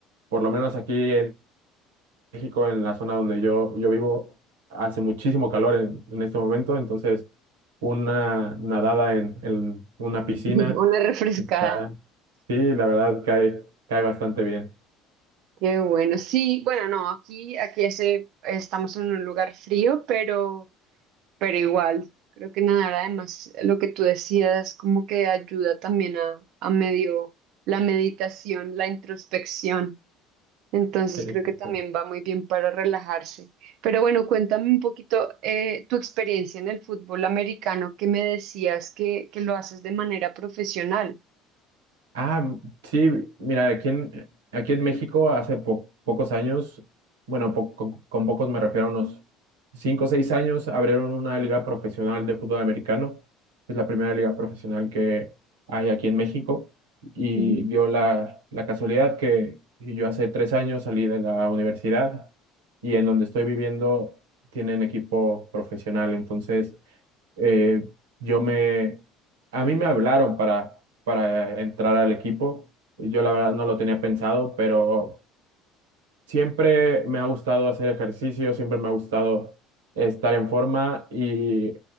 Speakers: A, on the right (about 85°); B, on the right (about 65°).
A: por lo menos aquí México, en la zona donde yo, yo vivo, hace muchísimo calor en, en este momento, entonces una nadada en, en una piscina
B: <laughs> una refrescada.
A: está, sí, la verdad cae, cae bastante bien.
B: Qué bueno. Sí, bueno, no, aquí, aquí hace, estamos en un lugar frío, pero Pero igual, creo que nadar además, lo que tú decías, como que ayuda también a, a medio la meditación, la introspección. Entonces
A: <laughs>
B: creo que también va muy bien para relajarse. Pero bueno, cuéntame un poquito eh, tu experiencia en el fútbol americano, que me decías que, que lo haces de manera profesional.
A: Ah, sí, mira, aquí en, aquí en México hace po- pocos años, bueno, po- con, con pocos me refiero a unos cinco o seis años, abrieron una liga profesional de fútbol americano. Es la primera liga profesional que hay aquí en México y
B: Ujú.
A: dio la, la casualidad que yo hace tres años salí de la universidad y en donde estoy viviendo tienen equipo profesional, entonces eh, yo me, a mí me hablaron para, para entrar al equipo. Yo la verdad no lo tenía pensado, pero siempre me ha gustado hacer ejercicio, siempre me ha gustado estar en forma y